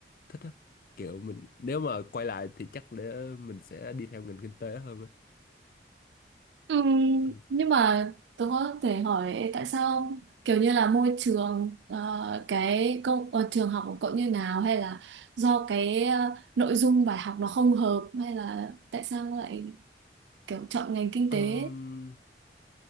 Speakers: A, on the left; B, on the right.
A: thích á kiểu mình nếu mà quay lại thì chắc để mình sẽ đi theo ngành kinh tế hơn á.
B: Ừm,
A: Ừ.
B: nhưng mà tôi có thể hỏi tại sao kiểu như là môi trường ờ, cái công ờ, trường học của cậu như nào hay là do cái ờ, nội dung bài học nó không hợp hay là tại sao lại kiểu chọn ngành kinh
A: Ờm,
B: tế?